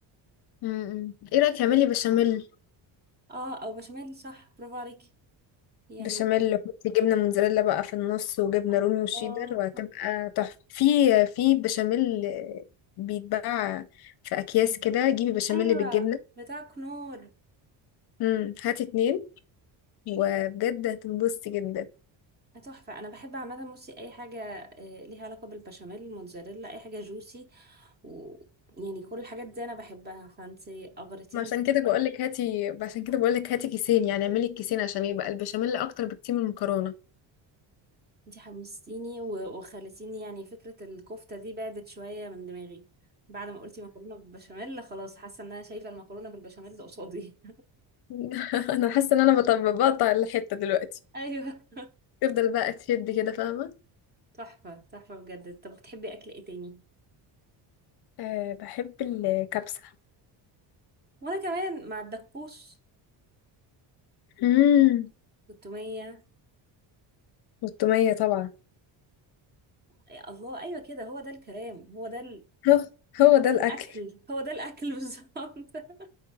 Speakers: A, on the left; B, on the right.
A: امم ايه رأيك اعملي بشاميل
B: اه او بشاميل صح برافو عليكي يعني
A: بشاميل وحطي جبنة موتزاريلا بقى في النص وجبنة
B: الله
A: رومي وشيدر وهتبقى تحفة في في بشاميل بيتباع في اكياس كده جيبي بشاميل
B: ايوه
A: بالجبنة
B: بتاعك نور
A: امم هاتي اتنين وبجد هتنبسطي جدا
B: تحفه انا بحب عامه بصي اي حاجه آه، ليها علاقه بالبشاميل موتزاريلا اي حاجه جوسي و يعني كل الحاجات دي انا بحبها فانتي اغرتيني
A: ما عشان كده بقولك هاتي عشان كده بقولك هاتي كيسين يعني اعملي الكيسين عشان يبقى البشاميل اكتر بكتير من المكرونه
B: انتي حمستيني و- وخلتيني يعني فكرة الكفتة دي بعدت شوية من دماغي بعد ما قلتي مكرونة بالبشاميل خلاص حاسة ان انا شايفة المكرونة بالبشاميل قصادي
A: <laughs> انا حاسه ان انا بطبق بقطع الحته دلوقتي
B: <laughs> ايوه
A: تفضل بقى تشد كده فاهمه
B: تحفة تحفة بجد طب بتحبي اكل ايه تاني
A: أه بحب الكبسة
B: وانا كمان مع الدكوس
A: امم
B: والتومية
A: والتومية طبعا
B: يا الله ايوه كده هو ده الكلام هو ده
A: هو هو ده الأكل
B: الاكل هو ده الاكل بالظبط <laughs>